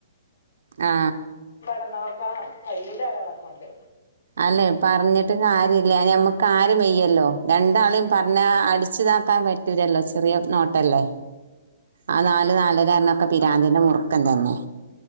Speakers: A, on the right; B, on the left.
A: ആ
B: <unintelligible> ആ കയ്യുല ഒരാളെ കൊണ്ട്
A: അല്ലെ പറഞ്ഞിട്ട് കാര്യമില്ല ഞമ്മക്ക് കാ വെയ്യല്ലോ രണ്ടാളും പറഞ്ഞ
B: ഉം.
A: അടിച്ചുതാക്കാൻ പറ്റുലല്ലോ ചെറിയ നോട്ടല്ലേ ആ നാല് നാലര കാരണം ക്കപി പ്രാന്തിന്റെ മുറുക്കം തന്നെ